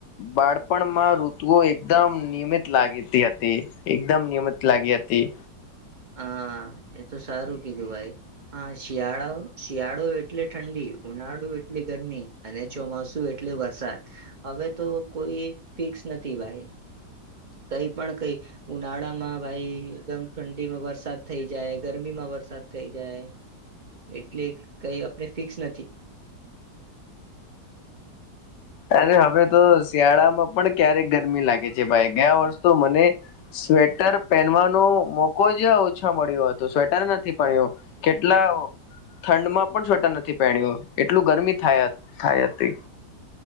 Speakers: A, on the left; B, on the right.
A: બાળપણમાં ઋતુઓ એકદમ નિયમિત લાગીતી હતી એકદમ નિયમિત લાગી હતી
B: હા એ તો સારું કીધું ભાઈ હા શિયાળા શિયાળો એઅટલે ઠંડી ઉનાળુ ગરમી અને ચોમાસુ એટલે વરસાદ હવે તો કોઈ ફિક્સ નથી ભાઈ કઈ પણ કઈ ઉનાળા માં ભાઈ એકદમ ઠડીમાં વરસાદ થઈ જાય ગરમી માં વરસાદ થઇ જાય એટલે કઈ આપને ફિક્સ નથી
A: અરે હવે તો શિયાળામાં પણ ક્યારેક ગરમી લાગે છે ભાઈ ગયા વર્ષ તો મને સ્વેટર પહેનવાનો મોકો જ ઓછા મળ્યો હતું સ્વેટર નથી પણ્યો કેટલા ઠંડમાં પણ સ્વેટર નથી પ એટલું ગરમી થાય થાય હતી